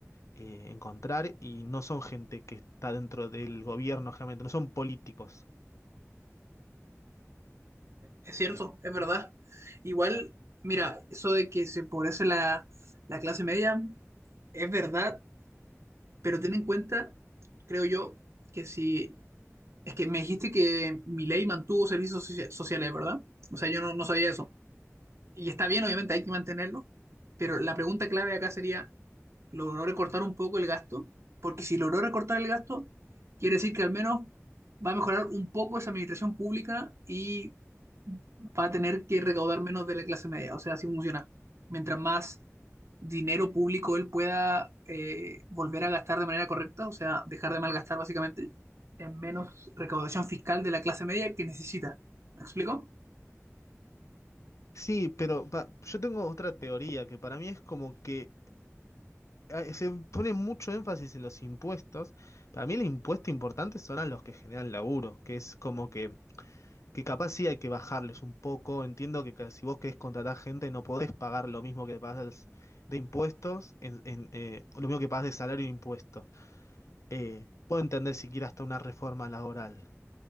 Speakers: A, on the left (about 70°); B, on the right (about 60°).
A: eh, encontrar y no son gente que está dentro del gobierno, realmente no son políticos.
B: Es cierto, es verdad. Igual, mira, eso de que se empobrece la, la clase media es verdad, pero ten en cuenta, creo yo, que si... Es que me dijiste que mi ley mantuvo servicios socia- sociales, ¿verdad? O sea, yo no, no sabía eso. Y está bien, obviamente, hay que mantenerlo, pero la pregunta clave acá sería, ¿logró recortar un poco el gasto? Porque si logró recortar el gasto, quiere decir que al menos va a mejorar un poco esa administración pública y va a tener que recaudar menos de la clase media. O sea, así funciona. Mientras más dinero público él pueda eh, volver a gastar de manera correcta, o sea, dejar de malgastar básicamente, es menos recaudación fiscal de la clase media que necesita. ¿Me explico?
A: Sí, pero pa- yo tengo otra teoría que para mí es como que eh, se pone mucho énfasis en los impuestos. Para mí el impuesto importante son a los que generan laburo, que es como que, que capaz sí hay que bajarles un poco. Entiendo que ca- si vos querés contratar gente no podés pagar lo mismo que pagas de impuestos, en, en, eh, lo mismo que pagas de salario e impuestos. Eh, Puedo entender si siquiera hasta una reforma laboral.